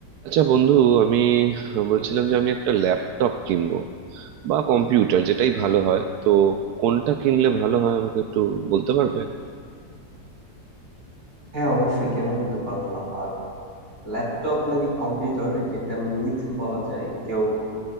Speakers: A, on the right; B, on the right.
A: আচ্ছা বন্ধু আমি বলছিলাম যে আমি একটা ল্যাপটপ কিনবো বা কম্পিউটার যেটাই ভালো হয় তো কোনটা কিনলে ভালো হয় আমাকে একটু বলতে পারবে
B: হ্যাঁ অবশ্যই কেন বলতে পারবো না আর ল্যাপটপ নাকি কম্পিউটার এটা একটা মিথ বলা যায় কেউ